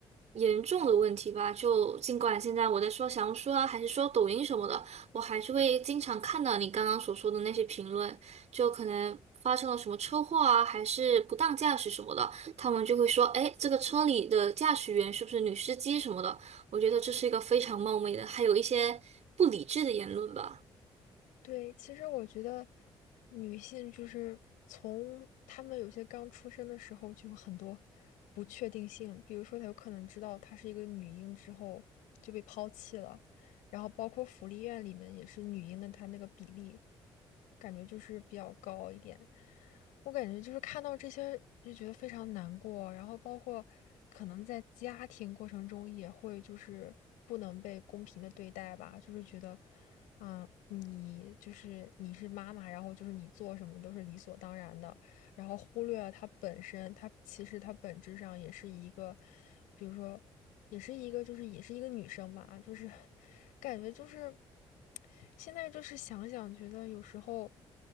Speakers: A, on the right; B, on the left.
A: 严重的问题吧。就尽管现在我在说小红书啊，还是说抖音什么的，我还是会经常看到你刚刚所说的那些评论，就可能发生了什么车祸啊，还是不当驾驶什么的，他们就会说，哎，这个车里的驾驶员是不是女司机什么的？我觉得这是一个非常冒昧的，还有一些不理智的言论吧。
B: 对，其实我觉得女性就是从她们有些刚出生的时候就有很多不确定性，比如说她有可能知道她是一个女婴之后就被抛弃了，然后包括福利院里面也是女婴的，她那个比例感觉就是比较高一点。我感觉就是看到这些就觉得非常难过，然后包括可能在家庭过程中也会就是不能被公平的对待吧，就是觉得。啊，你就是你是妈妈，然后就是你做什么都是理所当然的，然后忽略了它本身，她其实她本质上也是一个，比如说，也是一个就是也是一个女生吧，就是感觉就是现在就是想想觉得有时候